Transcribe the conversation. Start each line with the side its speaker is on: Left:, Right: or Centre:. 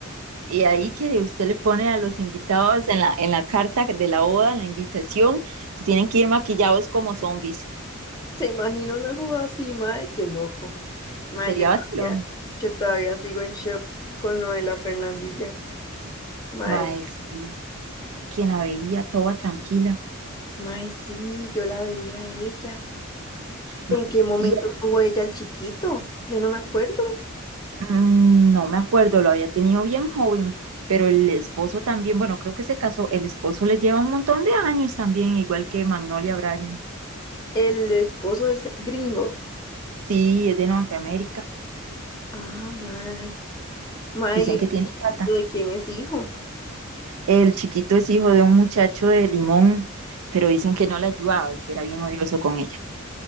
Right: y ahí que usted le pone a los invitados en la, en la carta de la boda, en la invitación, que tienen que ir maquillados como zombies.
Left: Se imagina una boda así, mae, qué loco. Mae,
Right: Sería
Left: yo todavía,
Right: vacilón.
Left: yo todavía sigo en shock con lo de la Fernandilla. Mae,
Right: Mae, sí, quien la veía toda tranquila.
Left: Mae, sí, yo la veía a ella.
Right: M-
Left: ¿En qué momento
Right: Y
Left: tuvo ella al chiquito? Yo no me acuerdo.
Right: mm, no me acuerdo, lo había tenido bien joven, pero el esposo también, bueno, creo que se casó, el esposo le lleva un montón de años también, igual que Magnolia Bryan.
Left: El esposo es gringo.
Right: Sí, es de Norteamérica,
Left: Ah, mae. Mae,
Right: dicen
Left: ¿y el
Right: que tiene
Left: chiquito
Right: plata.
Left: de quién es hijo?
Right: El chiquito es hijo de un muchacho de Limón, pero dicen que no la ayudaba y que era bien odioso con ella.